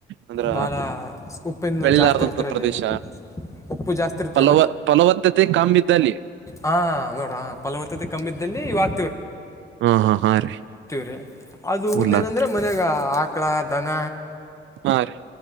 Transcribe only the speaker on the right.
ಅಂದ್ರ
ಬೆಳಲಾರದಂತ
ಪ್ರದೇಶ
ಫಲವ ಫಲವತ್ತತೆ ಕಮ್ಮಿದ್ದಲ್ಲಿ
ಹಾ ಹಾ ಹಾ ರೀ
ಉರ್ಲಾಗ್ತರಿ
ಹಾ ರೀ